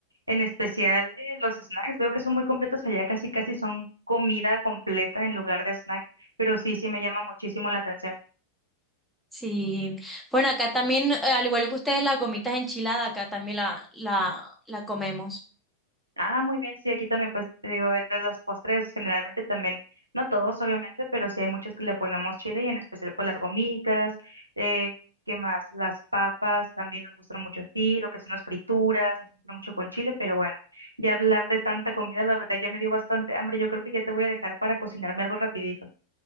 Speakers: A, on the right (about 80°); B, in the centre.
A: en especial eh, los snacks, veo que son muy completos allá, casi casi son comida completa en lugar de snack, pero sí, sí me llama muchísimo la atención.
B: sí, bueno, acá también, eh, al igual que ustedes, las gomitas enchiladas, acá también la, la, la comemos.
A: Ah, muy bien, sí, aquí también, pues te digo, el de los postres generalmente también, no todos obviamente, pero sí hay muchos que le ponemos chile y en especial pues las gomitas, eh, ¿qué más? Las papas también nos gustan mucho así, lo que son las frituras, nos gusta mucho con chile, pero bueno, ya hablar de tanta comida, la verdad ya me dio bastante hambre, yo creo que ya te voy a dejar para cocinarme algo rapidito.